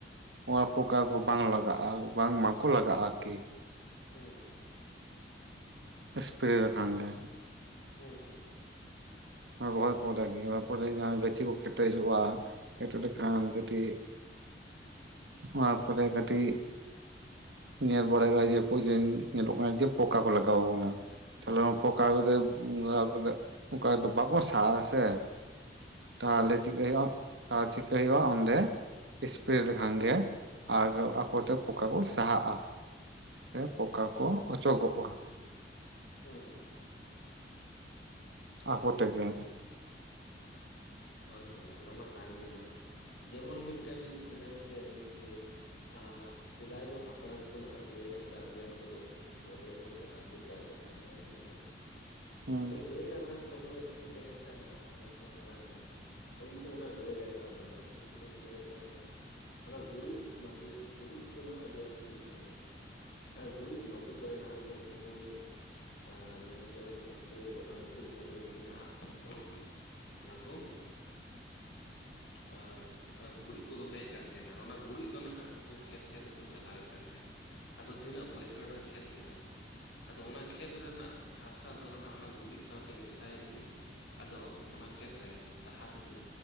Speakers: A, on the right (about 75°); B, on the left (about 80°).
A: ᱚᱱᱟ ᱯᱚᱠᱟ ᱠᱚ ᱵᱟᱝ ᱞᱟᱜᱟᱜᱼᱟ ᱵᱟᱝ ᱢᱟᱠᱚ ᱞᱟᱜᱟᱜᱼᱟ ᱟᱨᱠᱤ᱾
B: ᱦᱩᱸ᱾
A: ᱮᱥᱯᱨᱮᱹ ᱞᱮᱠᱷᱟᱱ ᱜᱮ᱾
B: ᱦᱩᱸ ᱦᱩᱸ᱾
A: ᱨᱚᱦᱚᱭ ᱯᱚᱨᱮ ᱜᱮ, ᱚᱱᱟ ᱯᱚᱨᱮ ᱡᱟᱦᱟᱸ ᱜᱟᱹᱪᱷᱤ ᱠᱚ ᱠᱮᱴᱮᱡᱚᱜᱼᱟ ᱮᱴᱮᱫ ᱞᱮᱠᱷᱟᱱ ᱠᱟᱹᱴᱤᱜ, ᱢᱟᱜ ᱠᱚᱨᱮ ᱠᱟᱹᱴᱤᱜ ᱧᱮᱞ ᱵᱟᱲᱟᱭᱜᱟ ᱡᱮ ᱯᱨᱡᱮᱱ ᱧᱮᱞᱚᱜ ᱠᱟᱱᱟ ᱡᱮ ᱯᱚᱠᱟ ᱠᱚ ᱞᱟᱜᱟᱣ ᱠᱟᱱᱟ, ᱛᱟᱦᱞᱮ ᱚᱱᱟ ᱯᱚᱠᱟ ᱠᱚᱫᱚ ᱞᱟᱜᱟᱣ ᱠᱟᱛᱮᱫ ᱚᱱᱠᱟ ᱫᱚ ᱵᱟᱠᱚ ᱥᱟᱨ-ᱟ ᱥᱮ ᱛᱟᱦᱞᱮ
B: ᱦᱩᱸ
A: ᱪᱤᱠᱟᱹᱭ
B: ᱦᱩᱸ
A: ᱦᱩᱭᱩᱜᱼᱟ ᱟᱨ ᱪᱤᱠᱟᱹᱭ ᱦᱩᱭᱩᱜᱼᱟ ᱚᱸᱰᱮ ᱮᱥᱯᱨᱮᱹ ᱞᱮᱠᱷᱟᱱ ᱜᱮ ᱟᱨ ᱟᱠᱚ ᱛᱮ ᱯᱚᱠᱟ ᱠᱚ ᱥᱟᱦᱟᱜᱼᱟ ᱥᱮ ᱯᱚᱠᱟ ᱠᱚ ᱚᱪᱚᱜᱚᱜᱼᱟ᱾
B: ᱦᱩᱸ ᱦᱩᱸ᱾
A: ᱟᱠᱚ ᱛᱮᱜᱮ᱾
B: ᱦᱳᱭ ᱦᱳᱭ ᱚᱱᱟ ᱢᱟ ᱠᱟᱱ ᱜᱮ ᱱᱟᱦᱟᱜ, ᱡᱮᱢᱚᱱ ᱢᱤᱫᱴᱮᱱ ᱢᱮᱱ ᱠᱮᱭᱟᱞᱤᱧ ᱡᱮ, ᱟᱨ ᱥᱮᱫᱟᱭ ᱫᱚ ᱦᱟᱯᱲᱟᱢ ᱠᱚ ᱱᱟᱦᱟᱜ ᱜᱟᱹᱭ, ᱰᱟᱝᱨᱟ ᱟᱹᱰᱤ ᱟᱸᱴ ᱠᱚ ᱫᱚᱦᱚᱭᱮᱫ ᱠᱚ ᱛᱟᱸᱦᱮᱱᱟ ᱟᱨ ᱠᱚ ᱪᱟᱥᱮᱫ ᱠᱟᱱ ᱛᱟᱸᱦᱮᱱᱟ ᱦᱳᱭ ᱥᱮ᱾
A: ᱦᱩᱸ
B: ᱟᱫᱚ ᱜᱟᱹᱭ ᱰᱟᱝᱨᱟ ᱠᱚ ᱫᱚᱦᱚᱭᱮᱫ ᱠᱚ ᱛᱟᱸᱦᱮᱱ ᱠᱷᱟᱡ ᱱᱟᱦᱟᱜ ᱥᱟᱱᱟᱢ ᱠᱷᱚᱱ ᱢᱟᱲᱟᱝ ᱨᱮ ᱩᱱᱠᱩ ᱚᱱᱟ ᱜᱟᱹᱭ ᱰᱟᱝᱨᱟ ᱫᱚ ᱱᱟᱦᱟᱜ ᱪᱮᱫ ᱠᱚ ᱪᱮᱠᱟᱹᱭᱮᱫ ᱠᱟᱱ ᱛᱟᱦᱮᱱᱟ᱾ ᱚᱱᱟ ᱜᱩᱨᱤᱡ ᱢᱟᱫᱮ, ᱜᱩᱨᱤᱡ ᱠᱚ ᱱᱟᱦᱟᱜ ᱟᱹᱰᱤ ᱟᱸᱴ ᱦᱩᱭᱩᱜ ᱠᱟᱱ ᱛᱟᱸᱦᱮᱱᱟ᱾ ᱟᱨ ᱜᱩᱨᱤᱡ ᱢᱟᱸᱫᱮ ᱠᱚᱨᱮ ᱱᱟᱦᱟᱜ ᱠᱚ ᱩᱱᱠᱩ ᱠᱚ ᱟᱸᱻ ᱢᱮᱱ ᱠᱮᱭᱟᱢ ᱩᱱᱠᱩ ᱚᱱᱟ ᱜᱩᱨᱤᱡ ᱢᱟᱸᱫᱮ ᱨᱮᱜᱮ ᱱᱟᱦᱟᱜ ᱩᱝᱠᱩ ᱚᱱᱟ ᱠᱚ ᱟᱻ ᱟ, ᱜᱩᱨᱤᱡ ᱠᱚ ᱫᱚᱦᱚᱭᱮᱫ ᱠᱟᱱ ᱛᱟᱦᱮᱱᱟ ᱟᱨ ᱚᱱᱟ ᱜᱩᱨᱤᱡ ᱫᱚ ᱱᱟᱦᱟᱜ ᱠᱷᱮᱛ ᱠᱷᱮᱛ ᱨᱮᱠᱚ ᱪᱟᱞᱟᱣᱮᱫ ᱠᱟᱱ ᱛᱟᱸᱦᱮᱱᱟ, ᱟᱫᱚ ᱛᱤᱱᱟᱹᱜ ᱵᱟᱹᱭᱦᱟᱹᱲ ᱨᱮ ᱠᱷᱮᱛ ᱢᱮᱱᱟᱜᱼᱟ ᱟᱫᱚ ᱚᱱᱟ ᱠᱷᱮᱛ ᱨᱮᱱᱟᱜ ᱦᱟᱥᱟ ᱫᱚ ᱱᱟᱦᱟᱜ ᱚᱱᱟ ᱜᱩᱨᱤᱡ ᱥᱟᱶᱛᱮ ᱢᱮᱥᱟᱭᱮᱱ ᱜᱮ᱾ ᱟᱫᱚ ᱚᱱᱟ ᱠᱷᱮᱛ ᱨᱮ ᱥᱟᱦᱟᱨ ᱠᱚ,